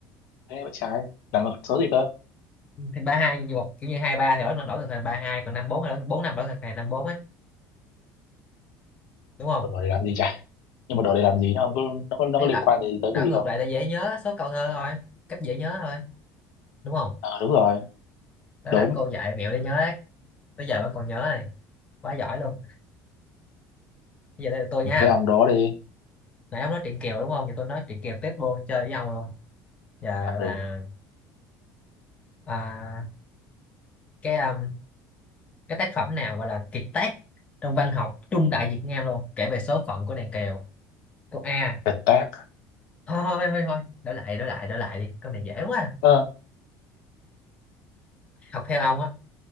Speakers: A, on the left; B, on the left.
A: Thế mới trái. Là một số gì cơ?
B: thì ba hai hoặc kiểu như hai ba thì đổi đổi ngược thành ba hai còn năm bốn là bốn năm đổi ngược thành năm bốn ấy đúng không
A: Ủa, rồi để làm gì chả? nhưng mà đổ để làm gì nó không có nó có nó
B: cái
A: có liên
B: đảo
A: quan gì tới
B: đảo
A: cái gì
B: ngược
A: không
B: lại để dễ nhớ số câu thơ thôi cách dễ nhớ thôi đúng không
A: ờ đúng rồi
B: đó
A: đúng
B: là cô dạy mẹo để nhớ đấy bây giờ bạn còn nhớ này quá giỏi luôn bây giờ đây là tôi nha
A: thế ông đó đi
B: nãy ông nói chuyện Kiều đúng không thì tôi nói chuyện Kiều tiếp luôn chơi với nhau luôn giờ
A: À,
B: là
A: ừ
B: à, cái um, cái tác phẩm nào gọi là kiệt tác trong văn học trung đại Việt Nam luôn kể về số phận của nàng Kiều câu A
A: Việt Táp
B: thôi thôi thôi thôi đổi lại đổi lại đổi lại đi con này dễ quá
A: ờ
B: học theo ông á